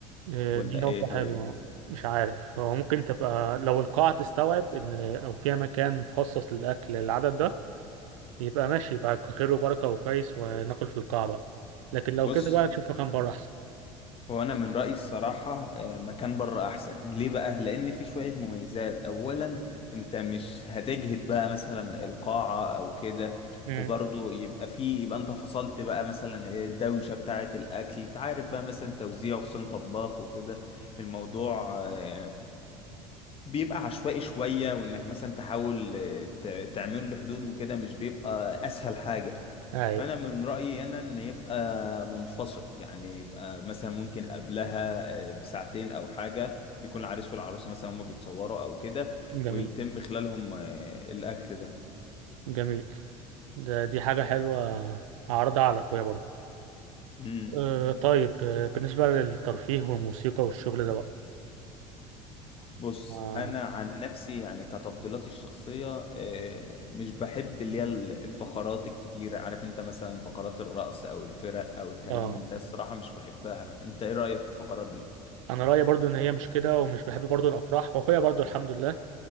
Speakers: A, on the right (about 65°); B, on the left (about 30°).
A: آه،
B: ولا
A: دي نقطة
B: ايه طيب
A: حلوة مش عارف هو ممكن تبقى لو القاعة تستوعب إن أو فيها مكان مخصص للأكل للعدد ده يبقى ماشي يبقى خير وبركة وكويس وناكل في القاعة بقى لكن لو
B: بص
A: كده بقى نشوف مكان بره أحسن
B: هو انا من رأيي الصراحة آه، مكان بره احسن ليه بقى لان في شوية مميزات اولا انت مش هتجهد بقى مثلا القاعة او كده
A: امم
B: وبرضه يبقى في يبقى انت فصلت بقى مثلا إيه الدوشة بتاعة الاكل انت عارف بقى مثلا توزيع خصوصا طباخ وكده الموضوع آه، بيبقى عشوائي شوية وإنك مثلا تحاول آه، ت- تعمل له حدود وكده مش بيبقى أسهل حاجة
A: أي
B: فأنا من رأيي أنا إن يبقى منفصل يعني يبقى مثلا ممكن قبلها آه، بساعتين أو حاجة ويكون العريس والعروسة مثلا هما بيتصوروا أو كده
A: جميل
B: ويتم خلالهم آه، الأكل ده
A: جميل ده دي حاجة حلوة هعرضها على أخويا برضو
B: مم.
A: أه طيب آه، بالنسبة للترفيه والموسيقى والشغل ده بقى
B: بص
A: آه,
B: انا عن نفسي يعني كتفضيلاتي الشخصيه آه، مش بحب اللي هي ال- الفقرات الكتيره عارف انت مثلا فقرات الرقص او الفرق او الكلام
A: آه
B: من ده الصراحه مش بحبها انت ايه رايك في الفقرات دي
A: أنا رأيي برضو إن هي مش كده ومش بحب برضو الأفراح وأخويا برضو الحمد لله